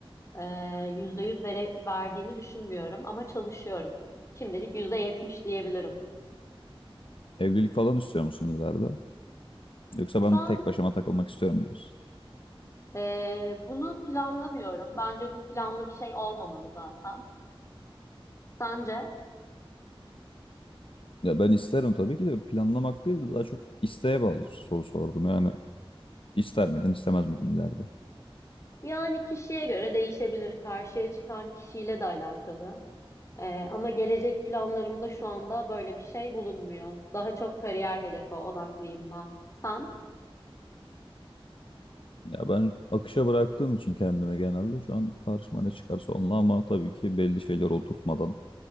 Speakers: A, on the left; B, on the left.
A: Ee, Yüzde yüz vere, verdiğimi düşünmüyorum ama çalışıyorum. Şimdilik yüzde yetmiş diyebilirim.
B: Evlilik falan istiyor musun ileride? Yoksa
A: Şu
B: ben
A: an
B: tek başıma takılmak istiyorum mu diyorsun?
A: Ee, bunu planlamıyorum. Bence bu planlı bir şey olmamalı zaten. Sence?
B: Ya ben isterim tabii ki de planlamak değil de daha çok isteğe bağlı soru sordum. Yani ister miydin istemez miydin ileride?
A: Yani kişiye göre değişebilir. Karşıya çıkan kişiyle de alakalı. Ee, ama gelecek planlarımda şu anda böyle bir şey bulunmuyor. Daha çok kariyer hedefe odaklıyım ben. Sen?
B: Ya ben akışa bıraktığım için kendime genelde şu an karşıma ne çıkarsa onunla ama tabii ki belli şeyler oturtmadan